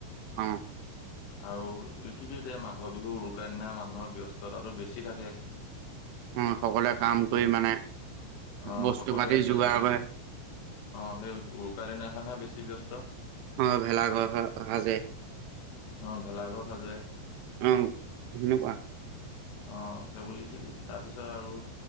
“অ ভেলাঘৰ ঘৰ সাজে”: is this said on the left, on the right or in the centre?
Right